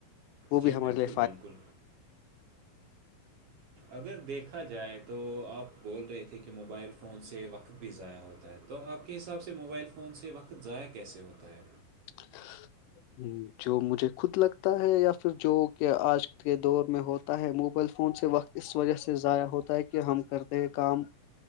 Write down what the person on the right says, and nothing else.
جی
بالکل بالکل اگر دیکھا جائے تو آپ بول رہے تھے کہ موبائل فون سے وقت بھی ضائع ہوتا ہے تو آپ کے حساب سے موبائل فون سے وقت ضائع کیسے ہوتا ہے